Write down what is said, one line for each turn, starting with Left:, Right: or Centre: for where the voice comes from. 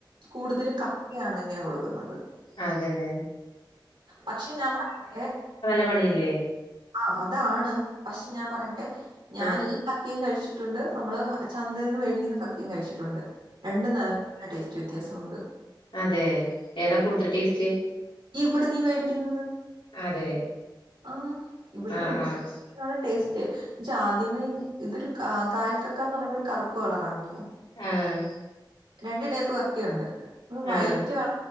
Right: കൂടുതലും കക്കയാണ് ഇങ്ങനെ കൊടുക്കുന്നത്
Left: അതെല്ലേ
Right: പക്ഷെ ഞാൻ ഏ
Left: പണില്ലേ
Right: ആ അതാണ് പക്ഷെ ഞാൻ പറയട്ടെ ഞാൻ
Left: ആഹ്
Right: ഈ കക്കയും കഴിച്ച ച്ചിട്ടുണ്ട് നമ്മള് ചന്തേന്ന് വേടിക്കുന്ന കക്കയും കഴിച്ചിട്ടുണ്ട് രണ്ടും നല്ല ടേസ് റ്റ് വെത്യാസ ഉണ്ട്
Left: അതേ ഏതാ കൂട്തൽ ടേസ്റ്റ്
Right: ഇവ്ടെ നീ വേടിക്ക്ന്നത്
Left: അതെ
Right: ആ ഇവ്ട്ന്ന്
Left: ആഹ്
Right: നീ <unintelligible>
Left: ആഹ്
Right: ന്നാണ് ടേസ് റ്റ് ജാദ്യമേ ഇതൊരു കാ കായൽ കക്കാന്ന് പറിമ്പോ ഒര് കറ്പ്പ് കളറാണല്ലോ
Left: ആഹ്
Right: രണ്ട് ടൈപ്പ് കക്കിയുണ്ട് വൈറ്റാ
Left: ആഹ്